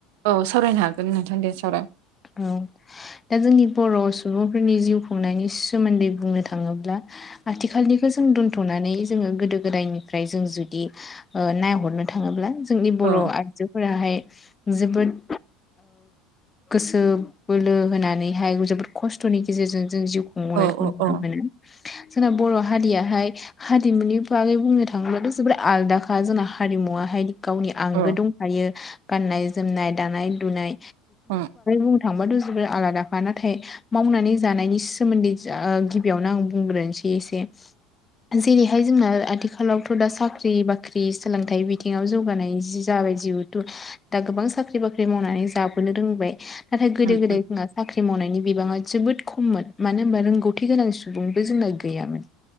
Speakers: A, on the right; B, on the left.
A: औ सावरायनो हागोन नोंथां दे सावराय।
B: औ दा जोंनि बर' सुबुंफोरनि जिउ खुंनायनि सोमोन्दै बुंनो थाङोब्ला आथिखालनिखो जों दोन्थ'नानै जोङो गोदो गोदायनिफ्राय जों जुदि नायहरनो थाङोब्ला जोंनि बर'
A: अ
B: आइजोफोराहाय जोबोद गोसो बोलो होनानैहाय जोबोद खस्थ'नि गेजेरजों जों जिउ खुंबनायखौ
A: अ
B: नुनो
A: अ
B: मोनो। जोंना बर' हारियाहाय हारिमुनि बागै बुंनो थाङोब्लाथ' जबोद आलादाखा जोंना हारिमु मुवाहाय गावनि आंगो
A: अ
B: दंखायो गाननाय-जोमनाय, दानाय-लुनाय
A: अ
B: बुंनो थांबाथ' जोबोर आलादाखा नाथाय मावनानै जानायनि सोमोन्दै गिबियावनो ओ आं बुंग्रोनि इसे इसे जेरैहाय जोंना आथिखालावथ' दा साख्रि बाख्रि सोलोंथाइ बिथिङाव जौगानाय जि जा जिउतु दा गोबां साख्रि बाख्रि मावनानै जाबोनो रोंबाय नाथाय गोदो
A: उम
B: गोदाय जों साख्रि मावनायनि बिबाङा जोबोद खममोन मानो होनबा रोंगौथि गोनां सुबुंबो जोंना गैयामोन।